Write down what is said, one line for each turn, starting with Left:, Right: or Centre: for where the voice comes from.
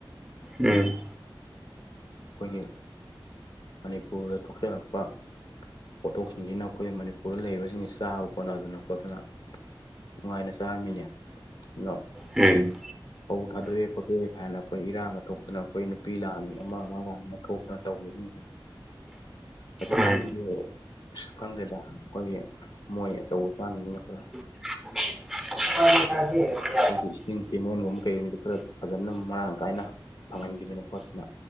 Centre: ꯎꯝ
Left: ꯈꯣꯏꯒꯤ ꯃꯅꯤꯄꯨꯔꯗ ꯊꯣꯛꯆꯔꯛꯄ ꯄꯣꯠꯊꯣꯛꯁꯤꯡꯁꯤꯅ ꯑꯩꯈꯣꯏ ꯃꯅꯤꯄꯨꯔꯗ ꯂꯩꯔꯤꯕꯁꯤꯡꯁꯤ ꯆꯥꯕ ꯀꫭꯅꯗꯅ ꯈꯣꯠꯇꯅ ꯅꯨꯡꯉꯥꯏꯅ ꯆꯥꯔꯝꯃꯤꯅꯦ ꯅꯣ꯫
Centre: ꯎꯝ꯫
Left: <inaudible> ꯐꯧ ꯊꯥꯗꯣꯛꯑꯦ ꯈꯣꯠꯇꯣꯛꯑꯦ ꯀꯥꯏꯅ ꯑꯩꯈꯣꯏ ꯏꯔꯥꯡꯒ ꯊꯣꯛꯇꯅ ꯑꯩꯈꯣꯏ ꯅꯨꯄꯤ ꯂꯥꯟ ꯑꯃ ꯑꯃ ꯂꯥꯟ ꯑꯃ ꯊꯣꯛꯇꯅ꯫ <inaudible> ꯍꯧꯖꯤꯛꯀꯥꯟꯒꯤ
Centre: ꯎꯝ
Left: ꯑꯁ ꯈꯪꯗꯦꯗ ꯑꯈꯣꯏꯒꯤ ꯃꯣꯏ ꯑꯆꯧ ꯑꯁꯡꯁꯤꯅ ꯈꯔ
Centre: <inaudible> <inaudible>
Left: ꯑꯈꯣꯏꯒꯤ ꯏꯁ꯭ꯇꯤꯡ ꯄꯦꯃꯦꯟꯒꯨꯝꯕ ꯀꯩꯒꯨꯝꯕꯗ ꯈꯔ ꯐꯖꯅ ꯃꯔꯥꯡ ꯀꯥꯏꯅ ꯐꯪꯍꯟꯕꯤꯗꯅ ꯈꯣꯠꯇꯅ